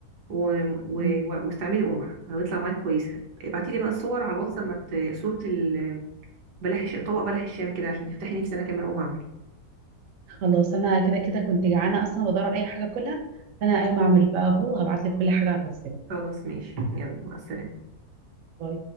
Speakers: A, on the right (about 80°); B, on the right (about 60°).
A: و... و...
B: مم.
A: واستعملي قمع هيطلع معاك كويس ابعتي لي بقى الصور على الواتس لما ت- صوره ال... بلح الشام طبق بلح الشام كده عشان تفتحي نفسي انا كمان اقوم اعمل
B: خلاص انا كده كده كنت جعانه اصلا بدور على اي حاجه اكلها فانا قايمه اعمل بقى اهو هبعت لك كل حاجه على الواتساب
A: خلاص ماشي <laughs> يلا مع السلامة
B: باي